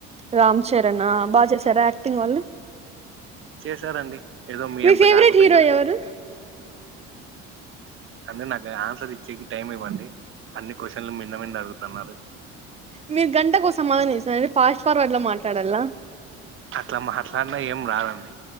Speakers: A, on the right (about 20°); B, on the right (about 40°).
A: రామ్ చరణ్ ఆ బా చేసారా యాక్టింగ్ వాళ్ళు?
B: చేశారండి ఏదో
A: మీ
B: అంత
A: ఫేవరెట్
B: కాకపోయినా
A: హరో ఎవరు?
B: అంటే నాకు ఆన్సర్ ఇచ్చేకి టైమ్ ఇవ్వండి, అన్ని క్వశ్చన్లు మింద మింద అడుగుతున్నారు.
A: మీరు గంటకో సమాధనం ఇస్తరండి, ఫాస్ట్ ఫార్వర్డ్ ల మాట్లాడల.
B: అట్లా మాట్లాడినా ఏం రాదండి